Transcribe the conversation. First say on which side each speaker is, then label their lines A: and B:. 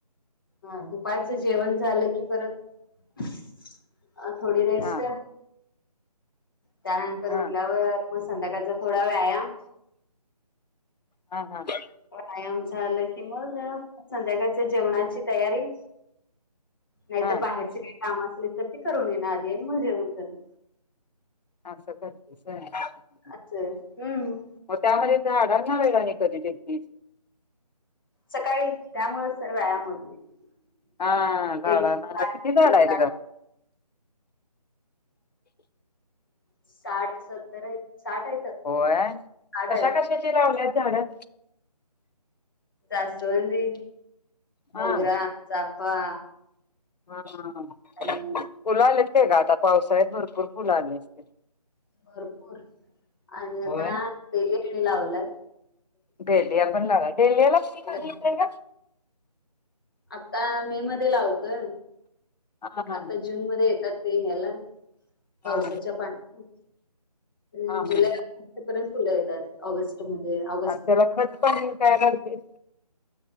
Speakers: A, on the left; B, on the left.
A: हा दुपारचं जेवण झालं की परत अ थोडी रेस्ट.
B: हा
A: त्यानंतर
B: हा
A: उठल्यावर मग संध्याकाळचा थोडा व्यायाम.
B: हा हा हं.
A: व्यायाम झालं कि मग संध्याकाळच्या जेवणाची तयारी. नाहीतर
B: हा
A: बाहेरची काही काम असलीत तर ती करून येणार आधी आणि मग जेवण करणार.
B: अस करतीस वय हा हा.
A: अस हम्म.
B: मग त्यामध्ये झाडांना वेळ आणि कधी देतीस?
A: सकाळी त्यामुळंच तर व्यायाम होतय
B: हा झाडांना
A: एक दिवस आड
B: किती
A: एक
B: झाड
A: दिवस
B: आहेत
A: आड.
B: ग
A: साठ सत्तर आहेत साठ आहेत.
B: होय
A: साठ
B: कशा
A: आहेत
B: कशाची लावल्यात झाडं?
A: जास्वंदी,
B: हा
A: मोगरा,
B: हा
A: चाफा.
B: हा हा हम्म.
A: आणि
B: फुलं आल्यात काय ग आता पावसाळ्यात भरपूर फुल आले असतील.
A: भरपूर आणि
B: होय.
A: आता डेलिया आणि लावल्यात.
B: डेलीया पण लावय डेलीयाला फुल कधी
A: गणपती.
B: येतयं गं?
A: आता मे मध्ये लावतोय
B: हा हा
A: आता जून मध्ये येतात ते ह्याला
B: हा.
A: पावसाच्या पाण्यातून
B: हा
A: अं
B: हा
A: जुलै ऑगस्ट पर्यंत फुलं येतात ऑगस्ट मध्ये ऑग
B: आणि त्याला खत पाणी काय घालतीस?